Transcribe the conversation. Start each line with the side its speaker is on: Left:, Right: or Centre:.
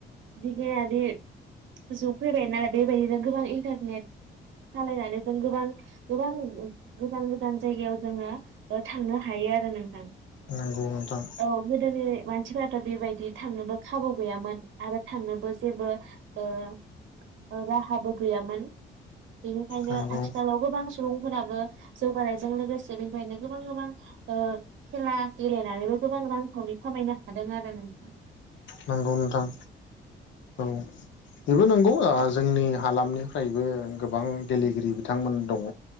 Right: बिगियानारि गोजौआव फैबाय नालाय बेबायदिनो गोबां इन्टारनेट सालायनानै जों गोबां गोबां गोजान गोजान जायगायाव जोङो थांनो हायो आरो नोंथां।
Left: नोंगौ नोंथां।
Right: औ गोदोनि मानसिफोराथ' बेबायदि थांनोबो खाबु गैयामोन। आरो थांनोबो जेबो ओ ओ राहाबो गैयामोन। बेनिखायनो
Left: नंगौ
Right: आथिखालाव गोबां सुबुं फोराबो जौगानायजों लोगोसे बेनिफ्रायनो गोबां-गोबां ओ खेला गेलेनानैबो गोबां रांखावरि खामायनो हादों आरो नों
Left: नंगौ नोंथां। औ बेबो नोंगौ आ जोंनि हालामनिफ्रायबो गोबां गेलेगिरि बिथांमोन दङ